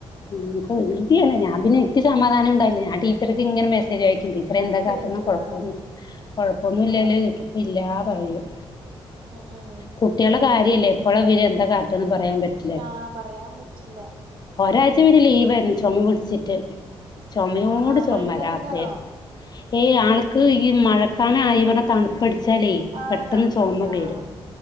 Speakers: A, on the left (about 40°); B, on the right (about 50°).
A: ഉം വികൃതിയാണ് ഞാൻ പിന്നെ ഇക്കി സമാധാനം ഉണ്ടായില്ല ഞാൻ ടീച്ചർക്ക് ഇങ്ങനെ മെസ്സേജ് അയക്കും ടീച്ചർ എന്താ
B: ചോദിക്കും
A: കാട്ടണ് കൊഴപ്പൊന്നും
B: ആഹ്
A: കൊഴപ്പൊന്നും ഇല്ലല്ലോന്ന്ചോദിക്കും
B: ആഹ്
A: ഇല്ലാ പറയും.
B: ഉം ഉം
A: കുട്ട്യാളെ കാര്യല്ലേ എപ്പഴാ ഇവര് എന്താ കാട്ടാന്ന് പറയാൻ പറ്റി
B: ആഹ്, പറയാൻ പറ്റില്ല.
A: ഒരാഴ്ച പിന്നെ ലീവായിരുന്നു ചോമ പിടിച്ചിട്ട് ചുമയോട്
B: ആഹ് ആഹ്
A: ചോമ
B: മഴയത്തിറങ്ങിട്ടാണോ
A: രാത്രി ഏഹ് ആൾക്ക് ഈ മഴക്കാണ ആയി പറഞ്ഞ തണുപ്പടി ച്ചാലേയ്
B: ആഹ്
A: പെട്ടന്ന്
B: തണുപ്പടിച്ച
A: ചൊമ വരും,
B: ആഹ്